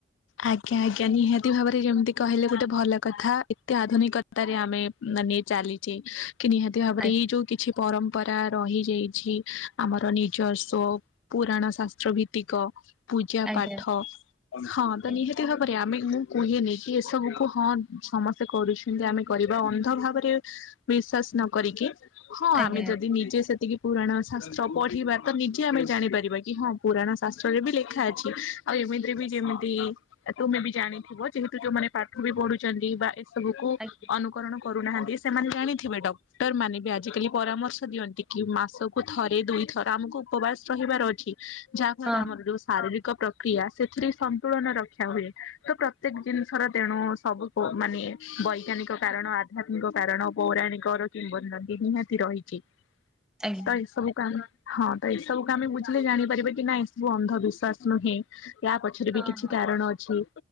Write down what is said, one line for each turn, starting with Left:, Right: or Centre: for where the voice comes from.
Left: ଆଜ୍ଞା ଆଜ୍ଞା ନିହାତି ଭାବରେ ଯେମିତି କହିଲେ ଗୋଟେ ଭଲ କଥା ଏତେ ଆଧୁନିକ ତାରେ ଆମେ ମାନେ ଚାଲିଛେ କି ନିହାତି ଭାବରେ
Centre: ଆଜ୍ଞା
Left: ଏଇ ଯୋଉ କିଛି ପରମ୍ପରା ରହିଯାଇଛି ଆମର ନିଜସ୍ୱ ପୁରାଣ ଶାସ୍ତ୍ର ଭିତ୍ତିକ ପୂଜା
Centre: ଆଜ୍ଞା।
Left: ପାଠ ହଁ ତ
Centre: ଆଜ୍ଞା
Left: ନିହାତି ଭାବରେ ଆମେ ମୁଁ କୁହେନି କି ଏସବୁକୁୁ ହଁ ସମସ୍ତେ କରୁଛୁ ଏମତି ଆମେ କରିବା ଅନ୍ଧ ଭାବରେ ବିଶ୍ଵାସ ନ କରିକି ହଁ
Centre: ଆଜ୍ଞା
Left: ଆମେ ଯଦି ନିଜେ ସେତିକି ପୁରାଣ ଶାସ୍ତ୍ର ପଢିବା ତ ନିଜେ ଆମେ ଜାଣିପାରିବା କି ହଁ ପୁରାଣ ଶାସ୍ତ୍ରରେ ବି ଲେଖା ଅଛି। ଆଉ ଏମିତିରେ ବି ଯେମିତି ତୁମେ ବି ଜାଣିଥିବ ଯେହେତୁ ଯୋଉମାନେ ପାଠ ବି ପଢୁଛନ୍ତି ବା ଏସବୁକୁ
Centre: ଆଜ୍ଞା
Left: ଅନୁକରଣ କରୁନାହାନ୍ତି ସେମାନେ ଜାଣିଥିବେ ଡ ଡକ୍ଟର ମାନେ ବି ଆଜିକାଲି ପରାମର୍ଶ ଦିଅନ୍ତି କି, ମାସକୁ ଥରେ ଦୁଇ ଥର ଆମକୁ ଉପବାସ ରହିବାର ଅଛି। ଯାହାଫଳରେ
Centre: ହଁ
Left: ଆମର ଯୋଉ ଶାରୀରିକ ପ୍ରକ୍ରିୟା ସେଥିରେ ସନ୍ତୁଳନ ରକ୍ଷା ହୁଏ, ତ ପ୍ରତ୍ୟେକ ଜିନିଷର ତେଣୁ ସବୁ ପ ମାନେ ବୈଜ୍ଞାନିକ କାରଣ ଆଧ୍ୟାତ୍ମିକ କାରଣ ପୌରାଣିକ ର କିମ୍ବଦନ୍ତି ନିହାତି ରହିଛି। <inaudible>
Centre: ଆଜ୍ଞା
Left: ତ ଏସବୁକୁ ଆମେ ହଁ ତ ଏସବୁକୁ ଆମେ ବୁଝିଲେ ଜାଣିପାରିବା କି ନାଇ ସବୁ ଅନ୍ଧବିଶ୍ୱାସ ନୁହେଁ। ୟା ପଛରେ
Centre: ହଁ
Left: ବି କିଛି
Centre: ହଁ।
Left: କାରଣ ଅଛି